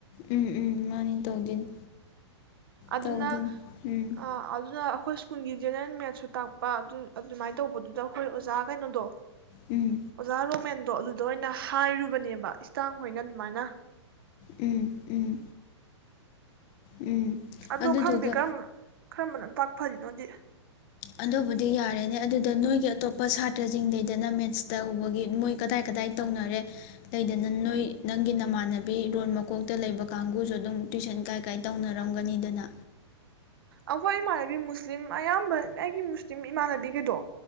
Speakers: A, on the left; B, on the right.
A: ꯎꯝ ꯎꯝ ꯃꯥꯅꯤ ꯇꯧꯗꯣꯏꯅꯤ
B: ꯑꯗꯨꯅ
A: ꯇꯧꯗꯣꯏꯅꯤ ꯎꯝ
B: ꯑ ꯑꯗꯨꯅ ꯑꯩꯈꯣꯏ ꯁꯀ ꯁ꯭ꯀꯨꯟꯒꯤ ꯖꯦꯅꯦꯔꯦꯜ ꯃꯦꯠꯁꯨ ꯇꯥꯛꯄ ꯑꯗꯨ ꯑꯗꯨꯃꯥꯏꯅ ꯇꯧꯕꯗꯨꯗ ꯈꯣꯏ ꯑꯣꯖꯥ ꯀꯩꯅꯣꯗꯣ
A: ꯎꯝ
B: ꯑꯣꯖꯥ ꯔꯣꯃꯦꯟ ꯗꯣ ꯑꯗꯨꯗ ꯑꯣꯏꯅ ꯍꯥꯏꯔꯨꯕꯅꯦꯕ ꯏꯁꯇꯥꯡ ꯍꯣꯏꯅ ꯑꯗꯨꯃꯥꯏꯅ
A: ꯎꯝ ꯎꯝ ꯎꯝ
B: ꯑꯗꯨ
A: ꯑꯗꯨꯗꯨꯒ
B: ꯈꯪꯗꯦ ꯀꯔꯝꯕ ꯀꯔꯝꯕꯅꯪ ꯇꯥꯛ ꯐꯔꯤꯅꯣꯗꯤ ꯇꯥ
A: ꯑꯗꯨꯕꯨꯗꯤ ꯌꯥꯔꯦꯅꯦ ꯑꯗꯨꯗ ꯅꯣꯏꯒꯤ ꯑꯇꯣꯞꯄ ꯁꯥꯇ꯭ꯔꯁꯤꯡꯗꯗꯅ ꯃꯦꯠꯁ ꯇꯧꯕꯒꯤ ꯃꯣꯏ ꯀꯗꯥꯏ ꯀꯗꯥꯏ ꯇꯧꯅꯔꯦ ꯂꯩꯗꯅ ꯅꯣꯏ ꯅꯪꯒꯤ ꯅꯃꯥꯟꯅꯕꯤ ꯔꯣꯜ ꯃꯀꯣꯛꯇ ꯂꯩꯕ ꯀꯥꯡꯕꯨꯁꯨ ꯑꯗꯨꯝ ꯇꯨꯏꯁꯟ ꯀꯥꯏ ꯀꯥꯏ ꯇꯧꯅꯔꯝꯒꯅꯤꯗꯅ
B: ꯑꯩꯈꯣꯏ ꯏꯃꯥꯟꯅꯕꯤ ꯃꯨꯁꯂꯤꯝ ꯑꯌꯥꯝꯕ ꯑꯩꯒꯤ ꯃꯨꯁꯂꯤꯝ ꯏꯃꯥꯟꯅꯕꯤꯒꯩꯗꯣ